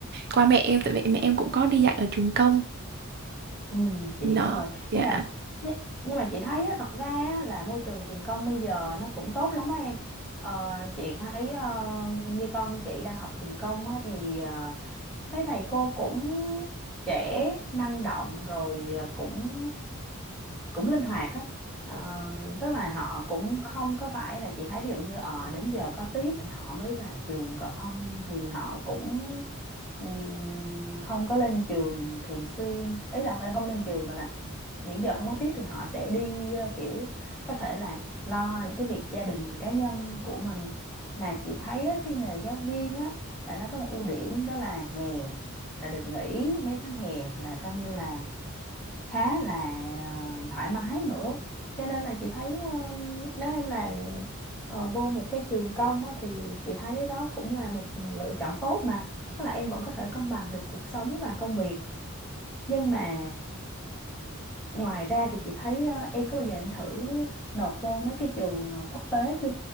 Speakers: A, on the right; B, in the centre.
A: qua mẹ em tại vì mẹ em cũng có đi dạy ở trường công
B: Ừ, chị
A: đó
B: hiểu rồi
A: dạ
B: nhưng mà nhưng nhưng mà chị thấy á, thật ra á, là môi trường trường công bây giờ nó cũng tốt lắm á em Ờ, chị thấy ờ, như con chị đang học trường công á, thì ờ, mấy thầy cô cũng trẻ năng động rồi ờ, cũng cũng linh hoạt á Ờ, tức là họ cũng không có phải là chị thấy ví dụ như ờ đến giờ có tiết thì họ mới vào trường còn không thì họ cũng ừm, không có lên trường thường xuyên ý là không phải không lên trường mà là những giờ không có tiết thì họ sẽ đi ờ, kiểu có thể là lo những cái việc gia đình cá nhân của mình mà chị thấy á, cái nghề giáo viên á là nó có một ưu điểm đó là hè là được nghỉ mấy tháng hè là coi như là khá là ờ, thoải mái nữa cho nên là chị thấy ờ, nếu em làm ờ, vô một cái trường công á, thì chị thấy đó cũng là một lựa chọn tốt mà tức là em vẫn có thể cân bằng được cuộc sống và công việc nhưng mà ngoài ra thì chị thấy ờ, em có bao giờ em thử nộp vô mấy cái trường ờ, quốc tế chưa